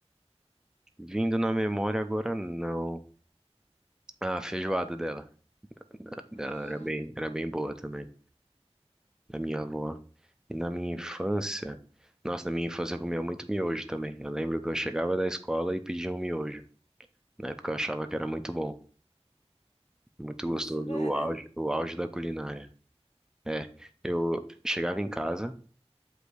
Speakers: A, in the centre; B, on the left (about 85°).
A: Vindo na memória agora, não. Ah, a feijoada dela. Dela
B: Hum,
A: era bem, era bem boa também, da minha avó. E na minha infância, nossa, na minha infância eu comia muito miojo também. Eu lembro que eu chegava da escola e pedia um miojo. Na época eu achava que era muito bom, muito
B: nossa,
A: gostoso,
B: velho.
A: o auge, o auge da culinária. É, eu chegava em casa.